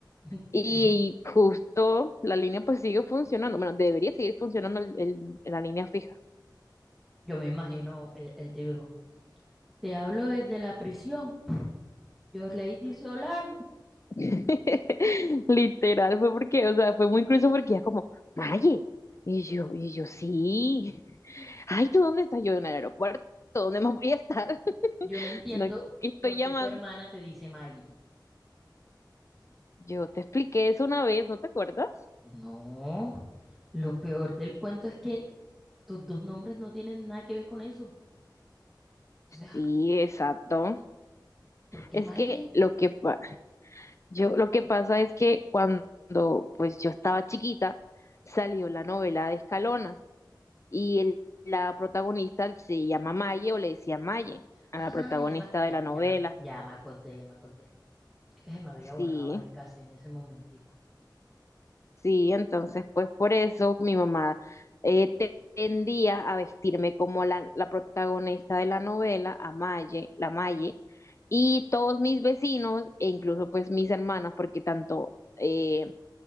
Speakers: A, in the centre; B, on the left.
A: Entiendo.
B: Y justo la línea pues sigue funcionando. Bueno, debería seguir funcionando el- el- la línea fija.
A: Yo me imagino eh, el, típico. Te hablo desde la prisión. Yo, Lady Solano.
B: <laughs> Literal fue porque, o sea, fue muy incluso porque ya como, Maye. Y yo, y yo, sí. <laughs> Ay, ¿tú dónde estás? Yo en el aeropuerto. ¿Dónde más voy a estar? <laughs>
A: Yo no entiendo
B: Sino que estoy
A: por
B: llamando.
A: qué tu hermana te dice Maggie.
B: Yo te expliqué eso una vez, ¿no te acuerdas?
A: No. Lo peor del cuento es que tus dos nombres no tienen nada que ver con eso. O sea,
B: Sí, exacto.
A: ¿por qué
B: Es
A: Maggie?
B: que lo que, pa- Yo lo que pasa es que cuando pues yo estaba chiquita salió la novela de Escalona y el- la protagonista se llama Maye o le decía Maye a
A: Ah,
B: la protagonista
A: ya me, ya,
B: de la
A: me-
B: novela.
A: ya me- ya me acordé, ya me acordé. Es que se me había
B: Sí,
A: borrado el cassette en ese momentico.
B: sí, entonces pues por eso mi mamá eh, te- tendía a vestirme como la, la protagonista de la novela, a Maye, la Maye, y todos mis vecinos e incluso pues mis hermanas, porque tanto... eh,